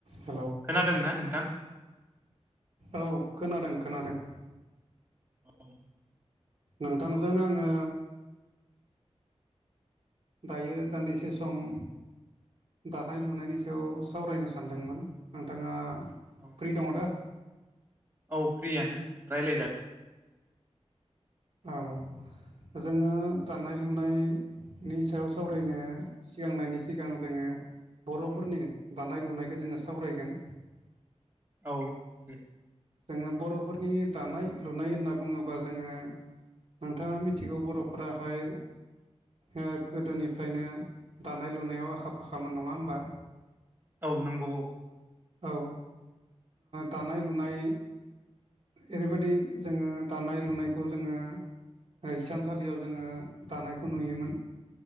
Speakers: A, on the right (about 65°); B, on the right (about 30°).
A: Hello
B: खोनादोंना नोंथां
A: औ खोनादों खोनादों
B: औ
A: नोंथांजों आङो दायो दान्दिसे सम दानाय लुनायनि सायाव सावरायनो सानदोंमोन नोंथाङा
B: औ
A: फ्रि दङ दा
B: औ फ्रियानो रायज्लायजा
A: औ जोङो दानाय लुनाय नि सायाव सावरायनो सिगांनायनि सिगां जोङो बर'फोरनि दानाय लुनायखौ जोङो सावरायगोन
B: औ दे
A: जोङो बर'फोरनि दानाय लुनाय होनना बुङोब्ला जोङो नोंथाङा मिथिगौ बर'फोराहाय ओ गोदोनिफ्रायनो दानाय लुनायाव आखा फाखामोन नङा होमबा
B: औ नांगौ औ
A: औ ओ दानाय लुनाय ओरैबायदि जोङो दानाय लुनायखौ जोङो हिसानसालियाव जोङो दानायखौ नुयोमोन